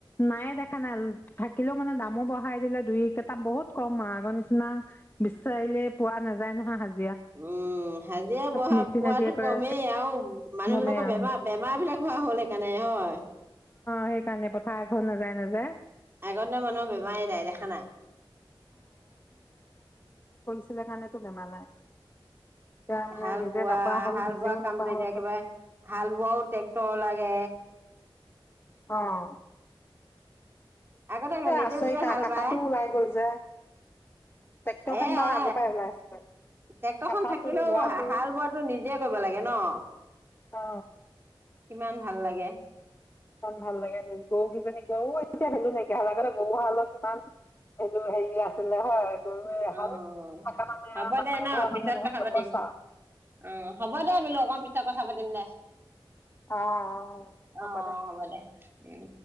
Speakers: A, on the left; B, on the right.
A: নায়ে দেখা নাই, থাকিলেও মানে দামো বঢ়াই দিলে দুই- কেইটাম বহুত কম ম আগৰ নিচিনা বিচাৰিলে পোৱা নাযায় নহয় হাজি
B: উম- হাজিয়া বঢ়া
A: মেচিনেদিয়ে
B: পোৱাটো
A: কৰে
B: কমেই আও মানুহ
A: গমে
B: বিলাকৰ বেমা
A: অ
B: বেমাৰ বিলাক হোৱা হ'ল সেইকাণে হয়।
A: সেইকাৰণে পথাৰ এঘৰ নাযায় নাযায়।
B: আগদিন মানুহ' বেমাই নাই দেখা নাই।
A: ছিলে সেকাণেটো বেমাৰ নাই। এতিয়া মানে
B: হাল
A: নিজে
B: বোৱা-
A: নকৰা হ'ল
B: হাল
A: নিজেও
B: বোৱা কামটো
A: নকৰা
B: এতিয়া
A: হ'ল
B: একেবাই হাল বোৱাও ট্ৰেক্ট লাগে।
A: অঁ
B: আগতে নিজে
A: আচৰিতা
B: নিজে হাল
A: কাটাটো
B: বায়।
A: ওলাই গ'ল যে ট্ৰেক্টৰখন
B: এ
A: বাৰু
B: এ
A: আগৰ পৰাই ওলাই আছে
B: টেক্টৰখন
A: কটাটো
B: থাকিলেও
A: ৰোৱাটো
B: হা হাল বোৱাটো নিজে কৰিব লাগে ন্‌।
A: অ
B: <unintelligible> কিমান ভাল লাগে।
A: ইমান ভাল লাগে সেই--গৰু কেইজনী গৰু এতিয়া ভেলু নাইকীয়া হল। আগতে গৰুহালত কিমান ভু হেৰি আছিলে হয়। <unintelligible> এহাল
B: অঁ
A: থকা মানে
B: হ'ব
A: মানুহ
B: দে ন'
A: ঘৰ
B: পিছত
A: মানে বহুত
B: কথা
A: গপচা
B: পাতিম। অঁ হ'ব দে বোলো অকন পি <unintelligible> পিছত কথা পাতিম দে
A: অঁ অঁ হ'ব
B: অ
A: দেহ্‌।
B: অ দে উম